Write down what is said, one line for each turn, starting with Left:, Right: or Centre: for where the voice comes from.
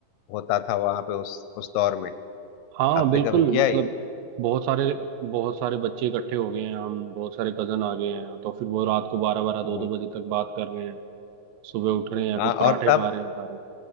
Left: होता था वहाँ पे उस उस दौर में
Right: हाँ
Left: आपने
Right: बिल्कुल
Left: कभी किया
Right: मतलब
Left: ही
Right: बहुत सारे बहुत सारे बच्चे इकट्ठे हो गए हैं हम बहुत सारे कजन आ गए हैं तो फिर वो रात को बारह बारह दो
Left: हम्म,
Right: दो बजे तक बात कर रहे हैं सुबह उठ रहे हैं
Left: हाँ
Right: फिर पराठे
Left: और तब
Right: खा रहे हैं सारे